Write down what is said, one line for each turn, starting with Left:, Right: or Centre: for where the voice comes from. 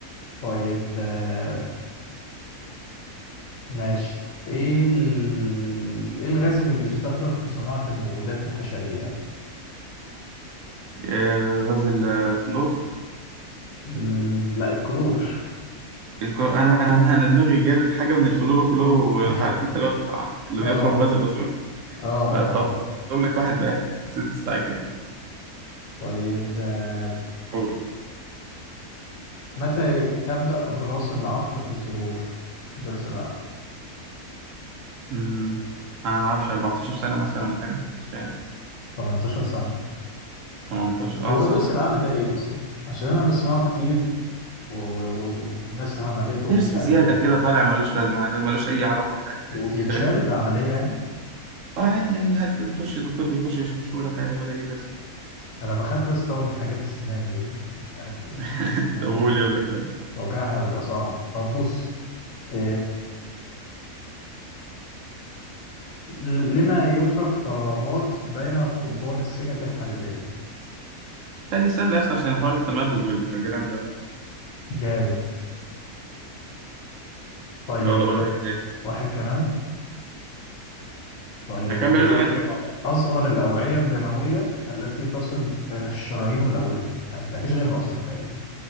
Left: طيب آه، ماشي ايه ال... ايه الغاز اللي بيستخدم في صناعة المبيدات الحشرية؟
Right: آه، غاز الفلور
Left: ال- لا الكلور
Right: الكو... أنا أنا أنا دماغي جابت حاجة من الفلوروكلور ومش
Left: <laughs>
Right: عارف أنت لو بتاع- اللي
Left: اه
Right: بيخرم غاز الأوزون
Left: اه اه
Right: فأقول
Left: اه
Right: لك واحد واحد بس أنت استعجلت
Left: طيب آه،
Right: قول.
Left: متى تبدأ دراسة العقل في الظهور درس العقل
Right: أمم، أنا ما أعرفش 14 سنة مثلا ولا حاجة مش عارف
Left: 18 سنة
Right: 18 أه
Left: هو
Right: صح
Left: درس العقل ده ايه اصلا عشان انا بسمعه كتير و- و- و- والناس عملته ومش
Right: نفس
Left: عارف
Right: زيادة
Left: ايه
Right: كده طالع ملوش لازمة ملوش أي علاقة بحاجة
Left: وبيتشال
Right: يعني فاهم؟
Left: بعملية يعني
Right: اه عادي عادي حتى بيخش الدكتور بيخش يشرحه لك عادي ولا ليه لازمة
Left: انا بخاف استوعب من حاجات السنان دي مش مش عارف ايه
Right: <laughs>
Left: يعني
Right: طب قول يلا كمل
Left: وجعها بيبقى صعب طب بص إيه... لما يترك فراغات بين قضبان السكك الحديدية
Right: لا دي سهلة أصلا عشان حوار التمدد والكلام ده
Left: جامد طيب
Right: يلا قول واحد تاني
Left: واحد كمان طيب
Right: هكمل
Left: إيه
Right: أنا عادي لو عايز
Left: أصغر الأوعية الدموية التي تصل بين الشرايين والأوردة يعني ما فيش غيرها أصلا تقريبا